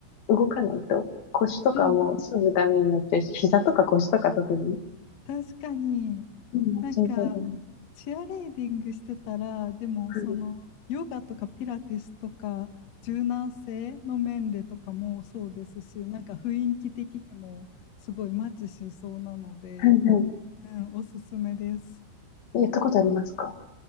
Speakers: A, on the left; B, on the left.
A: 動かないと、腰とかもすぐダメになっちゃうし、
B: うんうんうん
A: 膝とか腰とか特に、
B: 確かに。
A: うんなっちゃいそうだね。
B: なんか、チアレーディングしてたら、でも、
A: はい。
B: その、ヨガとかピラティスとか、柔軟性の面でとかもそうですし、なんか雰囲気的にもすごいマッチしそうなので、
A: はい、はい。
B: うん、おすすめです。
A: やったことありますか